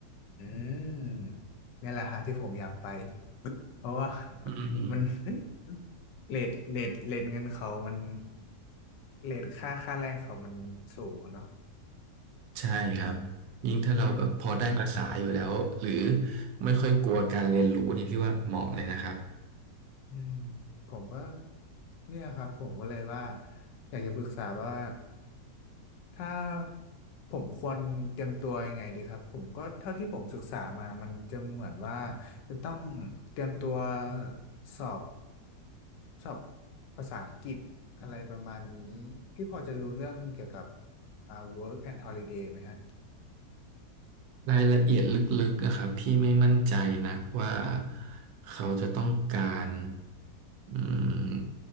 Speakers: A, on the left; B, on the right.
A: อืมนี่แหละฮะที่ผมอยากไปเพราะว่า
B: อืม
A: <laughs> มัน <laughs> เรทเรทเรทเงินเขามันเรทค่าค่าแรงเขามันสูงอะเนาะ
B: ใช่ครับยิ่งถ้าเราแบบพอได้ภาษาอยู่แล้วหรือ
A: อืม
B: ไม่ค่อยกลัวการเรียนรู้นี่พี่ว่าเหมาะเลยนะครับ
A: อืมผมก็เนี่ยครับผมก็เลยว่าอยากจะปรึกษาว่าถ้าผมควรเตรียมตัวยังไงดีครับผมก็เท่าที่ผมศึกษามามันจะเหมือนว่าจะต้องเตรียมตัวสอบ สอบภาษาอังกฤษอะไรประมาณนี้พี่พอจะรู้เรื่องเกี่ยวกับอ่า work and holiday ไหมฮะ
B: รายละเอียดลึกๆอะครับพี่ไม่มั่นใจนะว่าเขาจะต้องการอืม